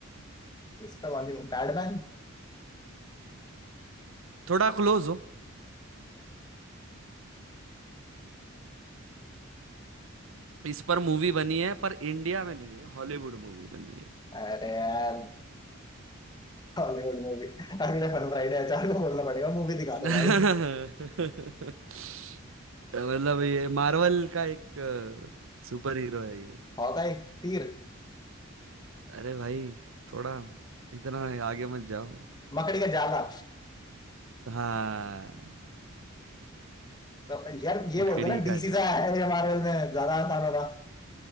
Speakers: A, on the left (about 20°); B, on the right (about 65°).
A: इसका कौन सी पैडमैन
B: थोड़ा क्लोज हो इस पर मूवी बनी है पर इंडिया में नहीं है हॉलीवुड मूवी बनी है
A: अरे यार हॉलीवुड मूवी अगले फन फ्राइडे अचार को बोलना पड़ेगा मूवी दिखा
B: <laughs>
A: दो भाई
B: मतलब ये मार्वल का एक सुपर हीरो है ये
A: हॉकाई तीर
B: अरे भाई थोड़ा इतना आगे मत जाओ
A: मकड़ी का जाला
B: <laughs> हाँ
A: तो यार ये
B: मकड़ी
A: बोलते हैं ना
B: का
A: डीसी
B: जा
A: से
B: रहा
A: आया है ये मार्वल में ज्यादा आसान होता